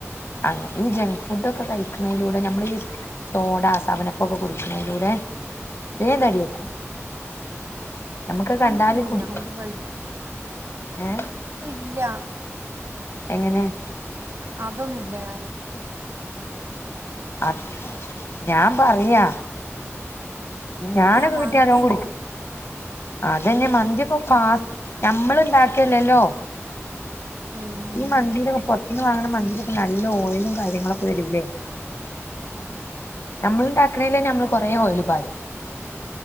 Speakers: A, on the left (about 60°); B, on the right (about 65°).
A: അ ഈ ജങ്ക് ഫുഡ ഒക്കെ കഴിക്കയെന്നടെ ഞമ്മൾ ഈ സോടാ സവനപ്പൊക്കെ കുടിക്കണതിലൂടെ വേഗം തടിവെക്കും നമുക്ക് കണ്ടാൽ
B: അങ്ങനൊന്നും തിന്നൂല
A: കൂടി
B: എന്തും കഴിക്കും
A: ഏ
B: ഇല്ല
A: എങ്ങനെ
B: അതൊന്നുല്ല ഞാനും
A: ആ ഞാൻ പറയാ ഞാനൊക്കെ
B: ഞാൻ മന്തി
A: കിട്ടിയാലോം കുടിക്കും
B: തിന്നും
A: അതെന്നെയെ മന്തിയൊക്കെ ഫാറ്റ് ഞമ്മൾ ഇണ്ടാക്കല്ലല്ലോ
B: ഉം
A: ഈ മാന്തിയുടെയൊക്കെ പുറത്ത് പുറത്തുന്ന് വാങ്ങാണ മന്തീലൊക്കെ നല്ല ഓയിലും കാര്യങ്ങളൊക്കെ വരൂല്ലേ നമ്മള് ഉണ്ടാക്കാണെല് ഞമ്മള് കുറേ ഓയിൽ പാരും